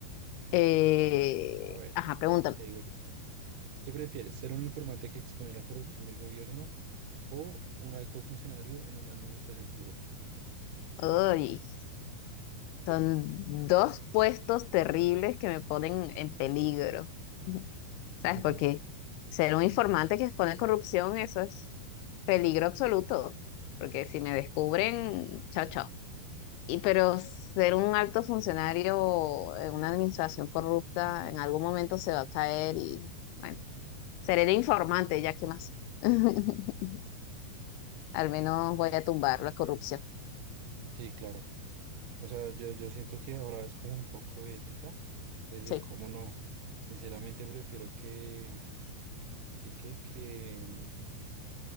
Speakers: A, on the left; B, on the right.
A: Eh,
B: a ver,
A: ajá, pregúntame.
B: te digo yo. ¿Qué prefieres, ser un informante que expone la corrupción del gobierno o un alto funcionario en una administración corrupta?
A: Uy, son dos puestos terribles que me ponen en peligro. Ujú. ¿Sabes?
B: <laughs>
A: Porque ser un informante que expone corrupción, eso es peligro absoluto. Porque si me descubren, chao, chao. Y pero ser un alto funcionario en una administración corrupta, en algún momento se va a caer y bueno. Seré el informante, ya que más. <laughs> Al menos voy a tumbar la corrupción.
B: Sí, claro. O sea, yo, yo siento que ahora es como un poco de ética, es
A: Sí,
B: decir, cómo no. Sinceramente prefiero que, que, que, que,